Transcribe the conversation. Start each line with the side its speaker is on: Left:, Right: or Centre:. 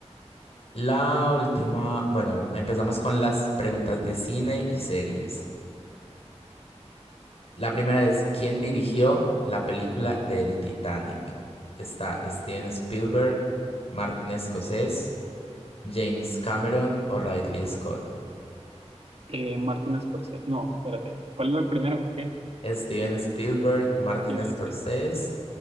Left: La última, bueno, empezamos con las preguntas de cine y series. La primera es, ¿quién dirigió la película del Titanic? Está Steven Spielberg, Martin Scorsese, James Cameron o Ridley Scott.
Right: Eh, Martin Scorsese. No, espérate. ¿Cuál era el primero? ¿Qué?
Left: Steven Spielberg, Martin
Right: Steven
Left: Scorsese,
Right: Spielberg.